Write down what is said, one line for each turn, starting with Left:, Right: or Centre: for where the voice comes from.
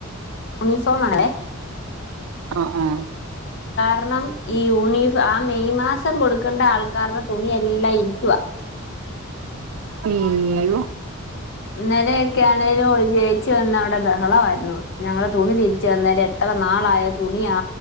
Left: യൂണിഫോം ആണല്ലേ
Right: ആ ആ
Left: രണം ഈ യൂണിഫാം ആ മെയ് മാസ രം കൊടുക്കേണ്ട ആൾക്കാരുടെ തുണിയെല്ലാം ഇരിക്കുവാ
Right: ഇയ്യോ
Left: ഇന്നലെയൊക്കെ ആണേലും ഒരു ചേച്ചി വന്ന അവിടെ ബഹളയിരുന്നു ഞങ്ങളുടെ തുണി തിരിച്ച് തന്നേരെ എത്ര നാളായാ തുണിയാ